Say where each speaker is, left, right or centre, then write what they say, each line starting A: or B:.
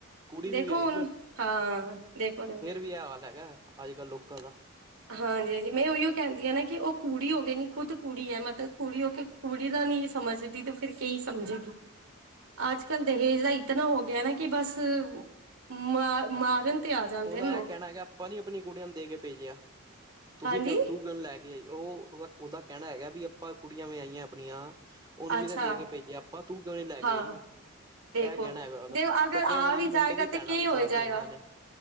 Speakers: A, on the right; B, on the right.
A: ਕੁੜੀ
B: ਦੇਖੋ
A: ਵੀ ਵਿਆਹੀ
B: ਹੁਣ ਹਾਂ ਦੇਖੋ-ਦੇਖੋ
A: ਏ ਹਾਲ ਹੈਗਾ ਅੱਜ-ਕੱਲ੍ਹ ਲੋਕਾਂ ਦਾ
B: ਹਾਂਜੀ ਜੀ, ਮੈਂ ਉਹੀਓ ਕੈਦੀ ਆ ਨਾ ਕਿ ਓ ਕੁੜੀ ਹੋ ਕੇ ਨਾ ਖੁਦ ਕੁੜੀ ਐ ਮਤਲਬ ਕੁੜੀ ਹੋ ਕੇ ਕੁੜੀ ਦਾ ਨੀ ਸਮਝਦੀ, ਤੇ ਫੇਰ ਕੀ ਸਮਝੇਗੀ? ਅੱਜ-ਕੱਲ੍ਹ ਦਹੇਜ ਦਾ ਇਤਨਾ ਹੋ ਗਿਆ ਨਾ ਕਿ ਬਸ ਮਾਰ ਮਾਰਨ ਤੇ ਆ ਜਾਂਦੇ
A: ਓਹਦਾ
B: ਨੇ ਲੋਕ
A: ਐ ਕਹਿਣਾ ਹੈਗਾ ਆਪਾਂ ਨੀ ਆਪਣੀ ਕੁੜੀਆਂ ਨੂੰ ਦੇ ਕੇ ਭੇਜਿਆ? ਤੁਸੀਂ
B: ਹਾਂਜੀ
A: ਕਿਉ ਤੂੰ ਕਿਉ ਨੀ ਲੈ ਕੇ ਓ ਓਦਾ ਕੈਹਣਾ ਹੈਗਾ ਵੀ ਆਪਾਂ ਕੁੜੀਆਂ ਵਿਆਈਆ ਆਪਣੀਆਂ। ਓਨੂੰ
B: ਅੱਛਾ
A: ਵੀ ਤਾਂ ਦੇ ਕੇ ਭੇਜਿਆ ਆਪਾਂ ਤੂੰ ਕਿਉਂ ਨੀ ਲੈ ਕੇ
B: ਹਾਂ
A: ਆਈ ਵੀ।
B: ਦੇਖੋ
A: ਐ ਕਹਿਣਾ ਹੈਗਾ ਓਦਾ
B: ਦੇ ਅਗਰ
A: ਤੇ ਅੱਗੇ
B: ਆ
A: ਓਹਦੀ
B: ਵੀ
A: ਮੁੰਡੇ
B: ਜਾਏਗਾ
A: ਦੀ
B: ਤੇ
A: ਭੈਣਾਂ
B: ਕੀ
A: ਵੀ
B: ਹੋ
A: ਸਾਥ
B: ਜਾਏਗਾ
A: ਦੇਦੀਆਂ ਨੇ।